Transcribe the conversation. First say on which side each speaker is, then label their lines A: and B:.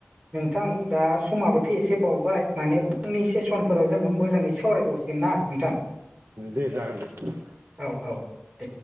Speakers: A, on the right; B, on the right.
A: नोंथां दा समाबोथ' एसे बावबाय माने उननि सेसनफोराव जोङो मोजाङै सावरायबावसिगोन ना नोंथां।
B: दे जागोन दे।
A: औ औ दे